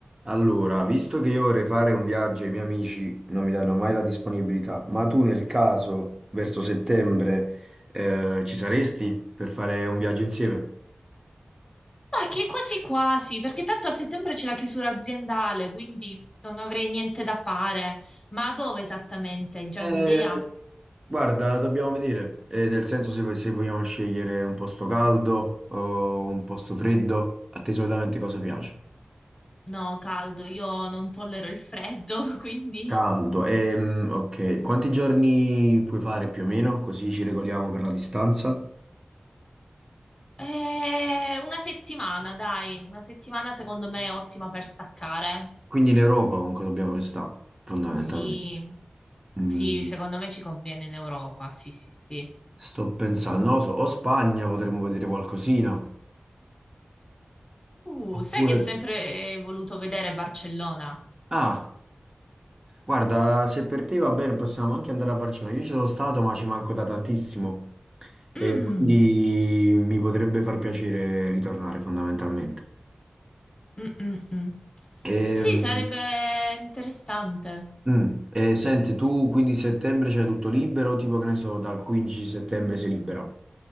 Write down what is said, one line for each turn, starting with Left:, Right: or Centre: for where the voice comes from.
Right: Allora, visto che io vorrei fare un viaggio e i miei amici non mi danno mai la disponibilità, ma tu nel caso, verso settembre, eh, ci saresti per fare un viaggio insieme?
Left: Ma che quasi quasi, perché tanto a settembre c'è la chiusura aziendale, quindi non avrei niente da fare. Ma dove esattamente? Hai già
Right: Eh,
Left: un'idea?
Right: guarda, dobbiamo vedere, Eh, nel senso se, se vogliamo scegliere un posto caldo o un posto freddo, a te solitamente cosa piace?
Left: No, caldo, io non tollero il freddo, <laughs> quindi...
Right: Caldo, ehm, ok, quanti giorni puoi fare più o meno, così ci regoliamo per la distanza?
Left: Eh, una settimana, dai, una settimana secondo me è ottima per staccare.
Right: Quindi in Europa comunque dobbiamo restare, fondamentalmente.
Left: Sì, sì,
Right: Mm,
Left: secondo me ci conviene in Europa, sì, sì, sì.
Right: sto pensando, non lo so, o Spagna potremmo vedere qualcosina.
Left: Uh,
Right: Oppure...
Left: sai che ho sempre eh, voluto vedere Barcellona?
Right: Ah, guarda, se per te va bene possiamo anche andare a Barcellona. Io ci sono stato, ma ci manco da tantissimo. E
Left: Mm.
Right: quindi mi potrebbe far piacere ritornare fondamentalmente.
Left: Mm, mm, mm.
Right: Ehm,
Left: Sì, sarebbe interessante.
Right: mm, E, senti, tu quindi settembre c'hai tutto libero? Tipo che ne so, dal 15 settembre sei libera,